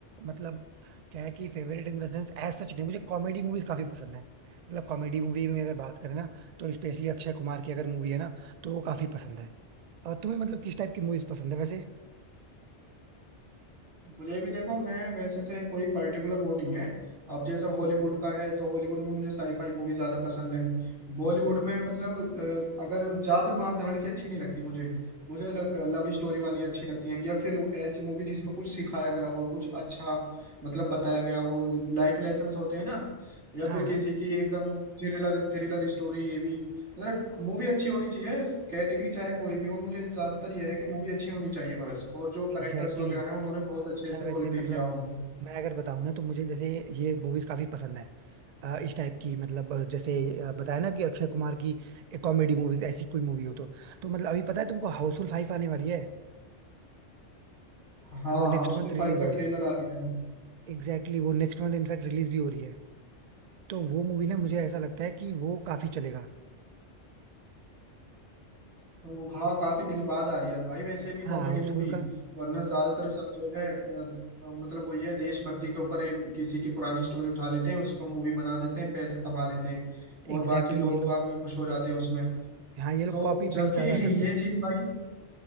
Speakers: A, on the right; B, on the right.
A: मतलब क्या है कि favourite in the sense as such नहीं मुझे कॉमेडी मूवीज काफी पसंद है मतलब कॉमेडी मूवी में अगर बात करें ना तो स्पेशली अक्षय कुमार की अगर मूवी है ना तो वो काफी पसंद है और तुम्हें मतलब किस टाइप की मूवीज पसंद है वैसे
B: मुझे भी देखो मैं वैसे तो एक कोई पर्टिकुलर वो नहीं है अब जैसा हॉलीवुड का है तो हॉलीवुड में मुझे साईफाई मूवी ज्यादा पसंद है बॉलीवुड में मतलब अ, अगर ज्यादा मार धाड़ की अच्छी नहीं लगती मुझे मुझे लव स्टोरी वाली अच्छी लगती है या फिर ऐसी मूवी जिसमें कुछ सिखाया गया हो कुछ अच्छा मतलब बताया गया हो लाइफ लेसन होते हैं ना या
A: हाँ
B: फिर किसी
A: हाँ
B: की एकदम थ्रिलर थ्रिलर स्टोरी ये भी मतलब मूवी अच्छी होनी चाहिए कैटेगरी चाहे कोई भी हो मुझे ज्यादातर यह है कि मूवी अच्छी होनी चाहिए बस और जो
A: Exactly
B: करेक्टर्स वगैरह
A: exactly.
B: हैं उन्होंने बहुत
A: अच्छा
B: अच्छे से
A: वैसे
B: रोल प्ले
A: मतलब
B: किया हो
A: मैं अगर बताऊं ना तो मुझे जैसे ये मूवीज काफी पसंद है अ, इस टाइप की मतलब अ, जैसे अ, बताया ना कि अक्षय कुमार की कॉमेडी मूवीज ऐसी कोई मूवी हो तो तो मतलब अभी पता है तुमको हाउसफुल फाइव आने वाली है
B: हाँ
A: वो
B: हाँ
A: नेक्स्ट
B: उसमें
A: मंथ
B: फाइव
A: रिलीज
B: का
A: हो रही
B: ट्रेलर
A: है
B: आ गया है
A: एग्जैक्टली exactly, वो नेक्स्ट मंथ इनफैक्ट रिलीज भी हो रही है तो वो मूवी ना मुझे ऐसा लगता है कि वो काफी चलेगा
B: तो वो हाँ काफी दिन बाद आ रही है और भाई वैसे भी कॉमेडी
A: हाँ हाउसफुल
B: मूवी
A: का
B: वरना ज्यादातर सब जो है अ, मतलब वो ये है, देशभक्ति के ऊपर एक किसी की पुरानी स्टोरी उठा लेते हैं उसको मूवी बना देते हैं पैसे कमा लेते हैं और
A: एग्जैक्टली
B: बाकी लोग
A: exactly, ये लोग
B: बाग भी खुश हो जाते हैं उसमें
A: हाँ ये लोग
B: तो
A: कॉपी पेस्ट
B: जबकि
A: ज्यादा
B: <laughs>
A: करते
B: ये
A: हैं
B: चीज भाई